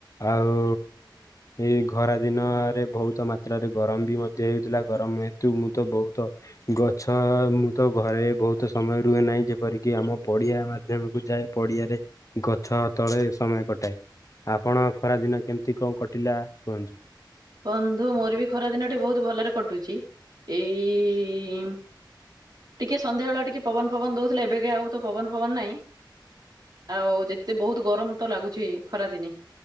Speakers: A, on the left (about 45°); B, on the right (about 55°).
A: ଆଉ ଏଇ ଖରା ଦିନରେ ବୋହୁତ ମାତ୍ରାରେ ଗରମ ବି ମଧ୍ୟ ହେଉଥିଲା। ଗରମ ହେତୁ ମୁଁ ତ ବୋହୁତ ଗଛ ମୁଁ ତ ଘରେ ବୋହୁତ ସମୟ ରୁହେ ନାହିଁ ଯେପରିକି ଆମ ପଡିଆ ମାଧ୍ୟମକୁ ଯାଏ ପଡିଆରେ ଗଛ ତଳେ ସମୟ କଟାଏ। ଆପଣଙ୍କ ଖରା ଦିନ କେମିତି କଣ କଟିଲା କୁହନ୍ତୁ?
B: ବନ୍ଧୁ ମୋର ବି ଖରା ଦିନଟି ବହୁତ ଭଲରେ କଟୁଛି ଏଇ ଟିକେ ସନ୍ଧ୍ୟା ବେଳ ଟିକେ ପବନ ଫବନ ଦଉଥିଲା ଏବେ କି ଆଉ ତ ପବନ ଫବନ ନାଇଁ ଆଉ ଯେତେ ବହୁତ ଗରମ ତ ଲାଗୁଛି ଖରାଦିନେ।